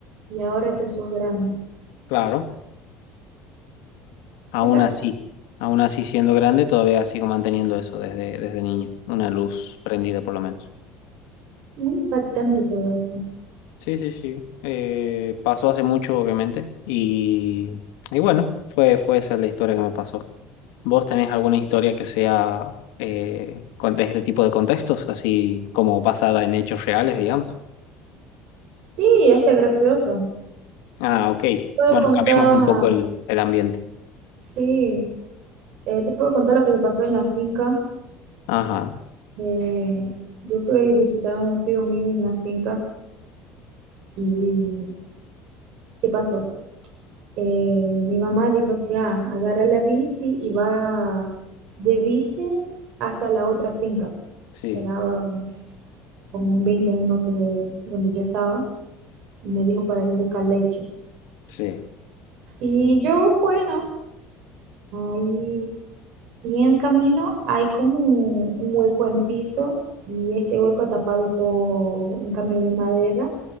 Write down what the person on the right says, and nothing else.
y ahora ya sos grande.
Era
muy impactante todo eso.
Sí, hasta gracioso.
Puedo
contar,
sí. Eh, te puedo contar lo que me pasó en la finca.
Eh, yo fui a visitar a un tío mío en una finca y ¿qué pasó? Eh, mi mamá dijo así, ah, agarra la bici y va de bici hasta la otra finca,
que era um, como un 20 minutos de donde yo estaba, y me dijo para ir a buscar leche.
Y yo fui, ¿no? Ahí, y en el camino hay como un un hueco en piso y este hueco tapado por un camino de madera